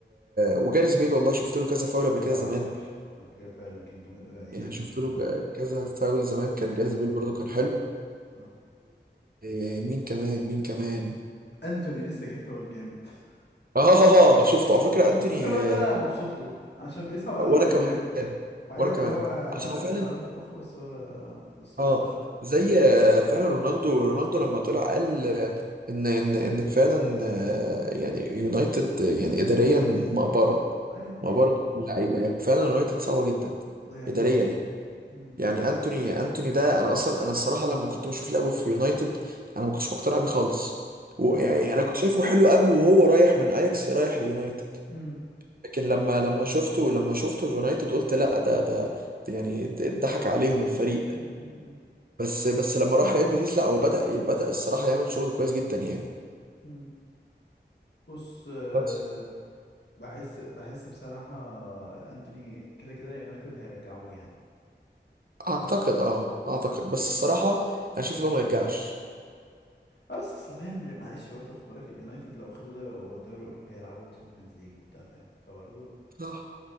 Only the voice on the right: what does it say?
وجاريث بيل والله شفت له كذا فاول قبل
كده زمان
يعني
شفت له ج- كذا فاول زمان
كان جاريث
بيل برضو كان حلو
ومين كمان مين كمان
اه شفته على فكرة انتوني
آه،
وانا
كمان
وانا كمان
عشان هو فعلا
اه
زي
آه، فعلا رونالدو رونالدو لما طلع قال آه، ان ان ان فعلا آه، يعني يونايتد آه، يعني اداريا مقبره
مقبره
اللعيبه يعني فعلا يونايتد صعبه جدا
اداريا
يعني
يعني انتوني انتوني ده انا اصلا انا الصراحه لما كنت بشوف لعبه في يونايتد انا ما كنتش مقتنع بيه خالص ويعني
انا كنت شايفه حلو قبله وهو رايح من اياكس رايح ليونايتد
لكن لما لما شفته لما شفته في يونايتد قلت لا ده ده, ده يعني ضحك عليهم الفريق
بس بس لما راح ريال بيتيس لا هو بدأ بدأ الصراحة يعمل شغل كويس جدا يعني
بس
اعتقد اه اعتقد بس الصراحة انا شايف
لو ما يرجعش
صح